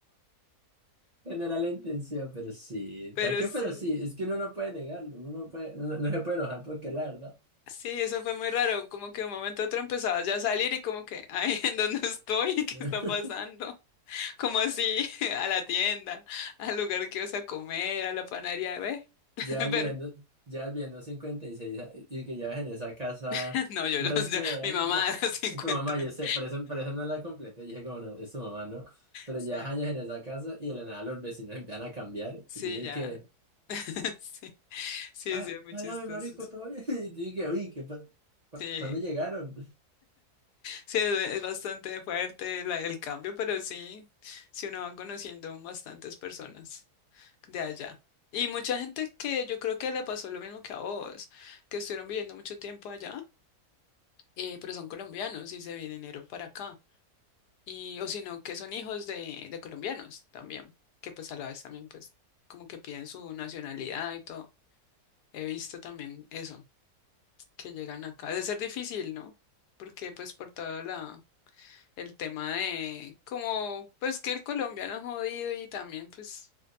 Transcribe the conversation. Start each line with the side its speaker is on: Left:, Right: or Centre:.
Right: No era la intención, pero sí.
Left: pero
Right: ¿Para qué?
Left: sí,
Right: Pero sí, es que uno no puede negarlo, uno no puede, no, no se puede enojar porque es la verdad.
Left: sí, eso fue muy raro, como que de un momento a otro empezaba ya a salir y como que, <laughs> ay, ¿en dónde estoy? <laughs> ¿Qué
Right: <laughs>
Left: está pasando? Como así, <laughs> a la tienda, al lugar que vas a comer, a la panadería, ¿ve? <laughs>
Right: Ya vas
Left: Pero,
Right: viendo, ya vas viendo 56 a- y que llevas en esa casa
Left: <laughs> no, yo
Right: resto
Left: los, yo-
Right: de
Left: mi
Right: años.
Left: mamá
Right: No,
Left: a los <laughs> 50
Right: tu mamá,
Left: años,
Right: yo sé, por eso, por eso no la completé. Dije, como no, es tu mamá, ¿no? Pero
Left: sí,
Right: llevas años en esa casa y de la nada los vecinos empiezan a cambiar.
Left: sí,
Right: Y dije
Left: ya,
Right: que,
Left: <laughs> sí, sí,
Right: ah,
Left: sí, es muy
Right: háblame,
Left: chistoso,
Right: marico, todo bien. <laughs> Y dije, que, uy, ¿qué pa- pa-
Left: sí.
Right: ¿cuándo llegaron?
Left: Sí, es es bastante fuerte la- el cambio, pero sí, sí uno va conociendo bastantes personas de allá. Y mucha gente que yo creo que le pasó lo mismo que a vos, que estuvieron viviendo mucho tiempo allá, eh, pero son colombianos y se vinieron para acá. Y, o si no, que son hijos de, de colombianos también, que pues a la vez también pues como que piden su nacionalidad y todo. He visto también eso, que llegan acá. Debe ser difícil, ¿no? Porque pues por toda la el tema de como pues que el colombiano es jodido y también pues